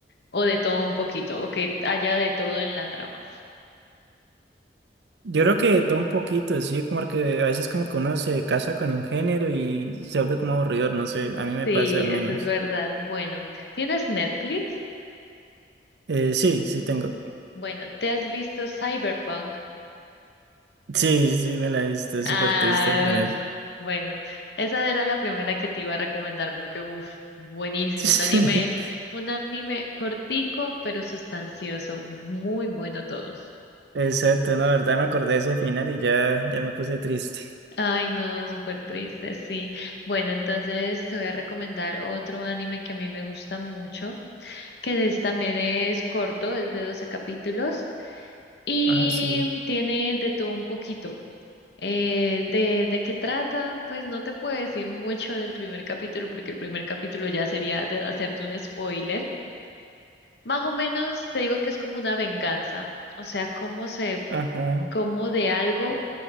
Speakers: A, on the left; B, on the right.
A: O de todo un poquito, o que haya de todo en la trama.
B: Yo creo que todo un poquito, sí, como que a veces como que uno se casa con un género y se vuelve como aburrido, no sé, a mí me
A: Sí,
B: pasa al
A: eso
B: menos.
A: es verdad. Bueno, ¿tienes Netflix?
B: Eh, sí, sí tengo.
A: Bueno, ¿te has visto Cyberpunk?
B: Sí, sí, me la he visto, es
A: Ah,
B: súper triste al final.
A: bueno, esa era la primera que te iba a recomendar porque, uff, buenísimo.
B: <laughs>
A: Un anime, un anime cortico, pero sustancioso. Muy bueno todo.
B: Exacto, no, la verdad me acordé de ese final y ya, ya me puse triste.
A: Ay, no, súper triste, sí. Bueno, entonces te voy a recomendar otro anime que a mí me gusta mucho. que es, también es corto, es de 12 capítulos y
B: Ah, sí.
A: tiene de todo un poquito. Eh, de, ¿de qué trata? Pues no te puedo decir mucho del primer capítulo porque el primer capítulo ya sería de hacerte un spoiler. Más o menos te digo que es como una venganza, o sea, cómo se,
B: Ajá.
A: cómo de algo